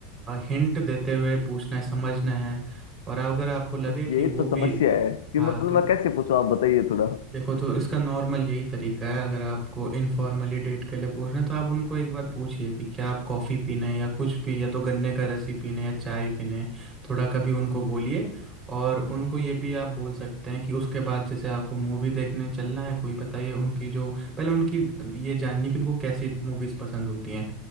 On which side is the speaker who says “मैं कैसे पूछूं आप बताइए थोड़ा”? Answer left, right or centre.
Left